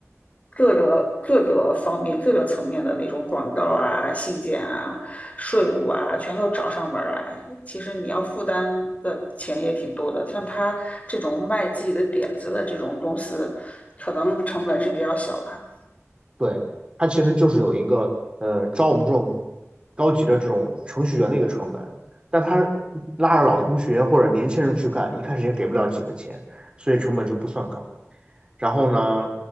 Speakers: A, on the left; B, on the right.
A: 各个各个方面、各个层面的那种广告啊、信件啊、税务啊，全都找上门儿来。其实你要负担的钱也挺多的。像他这种卖自己的点子的这种公司，可能成本是比较小吧。
B: 对，它其实就是有一个呃招我们这种高级的这种程序员的一个成本，但他拉着老同学或者年轻人去干，一开始也给不了几个钱，所以成本就不算高。然后呢，